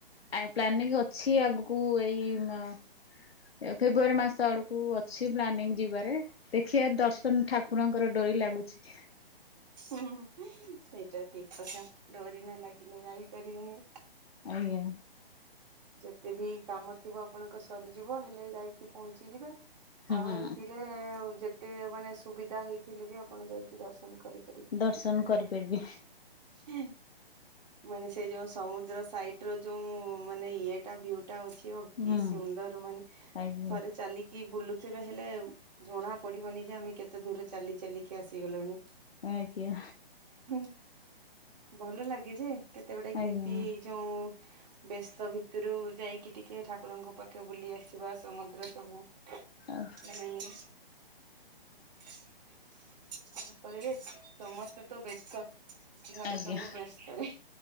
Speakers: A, on the left; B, on the right.
A: ଅ ପ୍ଲାନିଂ ଅଛି ଆଗକୁ ଏଇ ମ ଏଇ ଫେବୃଆରୀ ମାସ ଆଡକୁ ଅଛି ପ୍ଲାନିଂ ଯିବାରେ। ଦେଖିବା ଦର୍ଶନ ଠାକୁରଙ୍କର ଡୋରି ଲାଗୁଛି। କି
B: ହୁଁ ସେଇଟା ଠିକ କଥା ଡୋରି ନ ଲାଗିଲେ ଯାଇପାରିବନି।
A: ଆଜ୍ଞା।
B: ଯେତେ ବି କାମ ଥିବ ଆପଣଙ୍କ ସରିଯିବ ହେଲେ ଯାଇକି ପହଞ୍ଚିଯିବେ
A: ହଁ
B: ଆଉ ଏମିତି ଯେ ଯେତେ ମାନେ ସୁବିଧା ହେଇଥିଲେ ବି ଆପଣ ଯାଇକି ଦର୍ଶନ କରିବେ।
A: ଦର୍ଶନ କରିପାରିବେ।
B: ଆଚ୍ଛା ମାନେ ସେ ଯୋଉ ସମୁଦ୍ର ସାଇଟିର ଯୋଉ ମାନେ ଇଏ ତା ଭ୍ୟୁ ଅଛି ଓଃ କି
A: ହୁଁ
B: ସୁନ୍ଦର ମାନେ
A: ଆଜ୍ଞା
B: ଥରେ ଚାଲି କି ବୁଲୁଥିବେ ହେଲେ ଜଣା ପଡ଼ିବନି ଯେ ଆମେ କେତେ ଦୂର ଚାଲି ଚାଲିକି ଆସିଗଲୁଣି।
A: ଆଜ୍ଞା।
B: ହୁଁ ଭଲ ଲାଗେ ଯେ କେତେ ଗୋଟେ
A: ଆଜ୍ଞା
B: କେମିତି ଏଇ ଯୋଉ ବ୍ୟସ୍ତ ଭିତରୁ ଯାଇକି ଟିକେ ଠାକୁରଙ୍କ ପାଖେ ବୁଲି ଆସିବା ସମୁଦ୍ର ସବୁ
A: ଆସ୍
B: ସାଙ୍ଗ କଣ କରିବେ? ସମସ୍ତେ ତ ବେ ବ୍ୟସ୍ତ ଘରେ
A: ଆଜ୍ଞା।
B: ସବୁ ବ୍ୟସ୍ତରେ।